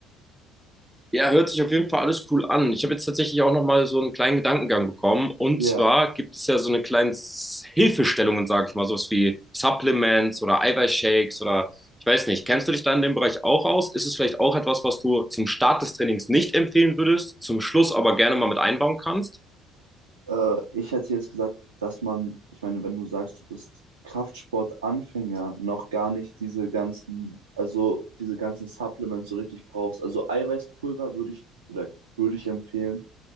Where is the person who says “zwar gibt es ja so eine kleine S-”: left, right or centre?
Centre